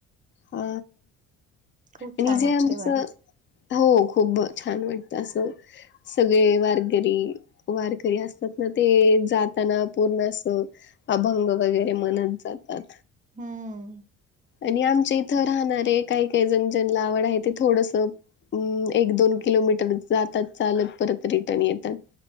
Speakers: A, on the left; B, on the right.
A: हा
B: खूप
A: आणि
B: छान
A: जे
B: वाटते
A: आमचं
B: वारी
A: हो खूप छान वाटतं असं. सगळे वारकिरी वारकरी असतात ना ते जाताना पूर्ण अस अभंग वगैरे म्हणत जातात.
B: हम्म.
A: आणि आमच्या इथं राहणारे. काही काही जण ज्यांना आवड आहे. ते थोडस अम्म एक दोन किलोमीटर जातात चालत. परत रिटर्न येतात.